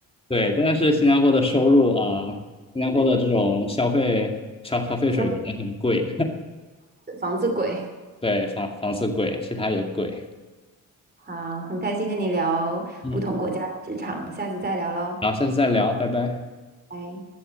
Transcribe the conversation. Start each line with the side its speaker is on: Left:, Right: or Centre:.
Left: 对，但是新加坡的收入啊，新加坡的这种消费消消费水平也很贵，
Right: 消费房子贵。
Left: <laughs> 对，房房子贵，其他也贵。
Right: 好，很开心跟你聊不同国家的职场，
Left: 嗯，
Right: 下次再聊喽，
Left: 好，下次再聊，拜拜。
Right: 拜。